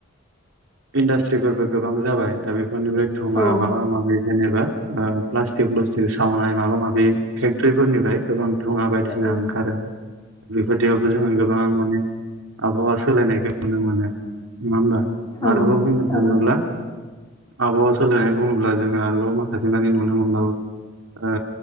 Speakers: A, on the right (about 80°); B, on the left (about 20°).
A: इण्डास्ट्रिफोरबो गोबां जाबाय दा बेफोरनिफ्राय धुङा
B: औ
A: माबा माबि जेनेबा ओ प्लास्टिक ब्लुस्टिक सावनाय माबा माबि फेक्ट्रिफोरनिफ्राय गोबां धुङा बायदिसिना
B: औ
A: ओंखारो। बेफोरदियावबो जोङो गोबां माने आबहावा सोलायनायखौ नुनो मोनो। नङा होमबा? आरोबाव
B: औ
A: बुंनो थाङोब्ला
B: औ
A: आबहावा सोलायनाय बुङोब्ला जोङो आरोबाव माखासे मानि नुनो मोनबावो ओ